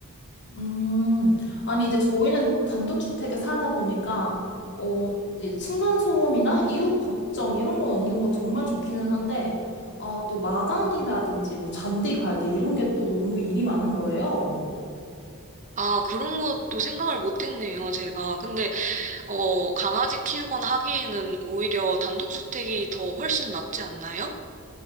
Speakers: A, on the left; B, on the right.
A: 음, 아니, 이제 저희는 단독주택에 살다 보니까, 어, 이제 층간소음이나 이웃 걱정 이런 건 없는 건 정말 좋기는 한데, 아, 또 마당이라든지 뭐 잔디 관리 이런 게 또 너무 일이 많은 거예요.
B: 아, 그런 것도 생각을 못 했네요, 제가. 근데 어, 강아지 키우거나 하기에는 오히려 단독주택이 더 훨씬 낫지 않나요?